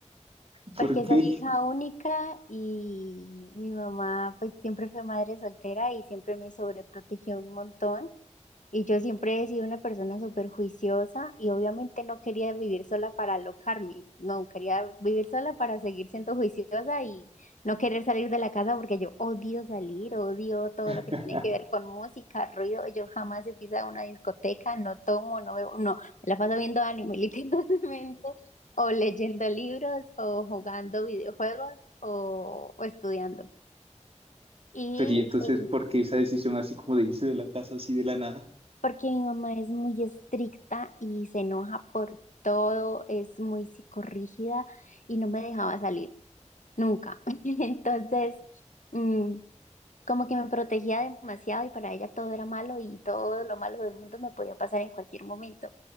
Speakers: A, on the right; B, on the left.
A: ¿Por
B: porque
A: qué?
B: soy hija única y mi mamá pues siempre fue madre soltera y siempre me sobreprotegió un montón. Y yo siempre he sido una persona súper juiciosa y obviamente no quería vivir sola para alocarme, no, quería vivir sola para seguir siendo juiciosa y no querer salir de la casa porque yo odio salir, odio todo
A: <laughs>
B: lo que tiene que ver con música, ruido, yo jamás he pisado una discoteca, no tomo, no bebo, no, me la paso viendo anime <laughs> literalmente, o leyendo libros, o jugando videojuegos, o, o estudiando. Y
A: Pero y entonces,
B: eh,
A: ¿por qué esa decisión así como de irse de la casa así de la nada?
B: Porque mi mamá es muy estricta y se enoja por todo, es muy psicorrígida y no me dejaba salir, nunca. <laughs> Entonces, mm, como que me protegía demasiado y para ella todo era malo y todo lo malo del mundo me podía pasar en cualquier momento.